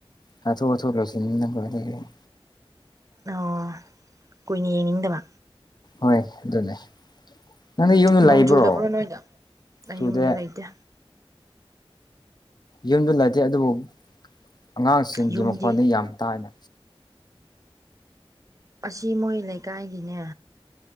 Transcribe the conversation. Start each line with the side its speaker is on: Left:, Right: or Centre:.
Left: ꯍꯊꯣ ꯍꯊꯣ ꯂꯣꯁꯤꯅ ꯅꯪꯕ <unintelligible>
Right: ꯑꯣ ꯀꯨꯏꯅ ꯌꯦꯡꯅꯤꯡꯗꯕ
Left: ꯍꯣꯏꯗꯨꯅꯦ ꯅꯪꯗꯤ ꯌꯨꯝꯗ
Right: ꯅꯣꯡ
Left: ꯂꯩꯕ꯭ꯔꯣ
Right: ꯆꯨꯗꯕ꯭ꯔꯣ ꯅꯣꯏꯗ ꯑꯩ
Left: ꯆꯨꯗꯦ
Right: ꯌꯨꯝꯗ ꯂꯩꯇꯦ
Left: ꯌꯨꯝꯗ ꯂꯩꯇꯦ ꯑꯗꯨꯕꯨ ꯑꯉꯥꯡꯁꯤꯡꯒꯤ
Right: ꯌꯨꯝꯗꯤ
Left: ꯃꯈꯣꯟꯗ ꯌꯥꯝ ꯇꯥꯏꯅ
Right: ꯑꯁꯤ ꯃꯣꯏ ꯂꯩꯀꯥꯏꯒꯤꯅꯦ